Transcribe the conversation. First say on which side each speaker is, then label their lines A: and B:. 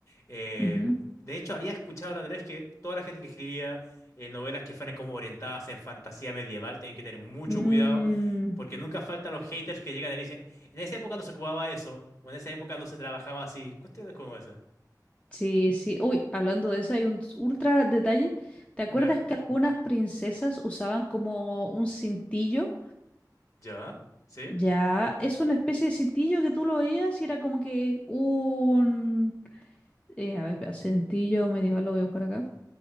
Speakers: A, on the left; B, on the left.
A: Eh,
B: Ujú.
A: de hecho, había escuchado la otra vez que toda la gente que escribía eh, novelas que fueran como orientadas en fantasía medieval tienen que tener mucho
B: Mm,
A: cuidado porque nunca faltan los haters que llegan y dicen, en esa época no se ocupaba eso o en esa época no se trabajaba así. Cuestiones como esas.
B: Sí, sí. Uy, hablando de eso, hay un ultra detalle. ¿Te acuerdas
A: ¿Ya?
B: que algunas princesas usaban como un cintillo?
A: ¿Ya? ¿Sí?
B: Ya, es una especie de cintillo que tú lo veías y era como que un... eh, a ver, espera, cintillo medieval, lo voy a buscar acá.